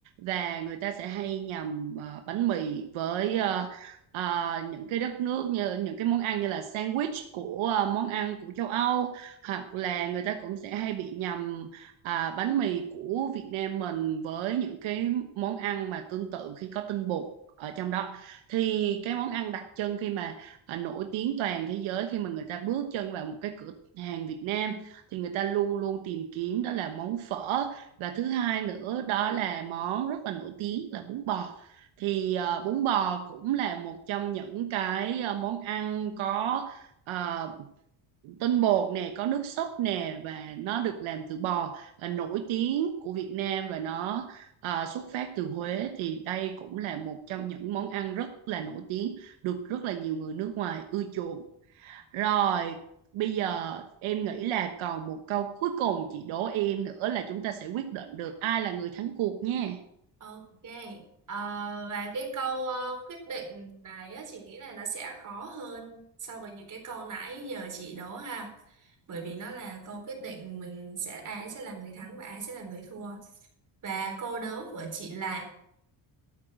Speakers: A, on the right (about 80°); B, on the right (about 40°).
A: và người ta sẽ hay nhầm ờ, bánh mì với ờ, ờ, những cái đất nước như những cái món ăn như là sandwich của ờ, món ăn của châu Âu hoặc là người ta cũng sẽ hay bị nhầm à, bánh mì của Việt Nam mình với những cái món ăn mà tương tự khi có tinh bột ở trong đó thì cái món ăn đặc trưng khi mà à, nổi tiếng toàn thế giới khi mà người ta bước chân vào một cái cửa hàng Việt Nam thì người ta luôn luôn tìm kiếm đó là món phở và thứ hai nữa đó là món rất là nổi tiếng là bún bò thì ờ, bún bò cũng là một trong những cái ờ, món ăn có ờ, tinh bột nè có nước súp nè và nó được làm từ bò là nổi tiếng của Việt Nam và nó à, xuất phát từ Huế thì đây cũng là một trong những món ăn rất là nổi tiếng được rất là nhiều người nước ngoài ưa chuộng rồi bây giờ em nghĩ là còn một câu cuối cùng chị đố em nữa là chúng ta sẽ quyết định được ai là người thắng cuộc nha
B: ok Ờ, và cái câu ờ, quyết định này á, chị nghĩ là nó sẽ khó hơn so với những cái câu nãy giờ chị đố ha bởi vì nó là câu quyết định mình sẽ ai sẽ là người thắng và ai sẽ là người thua và câu đố của chị là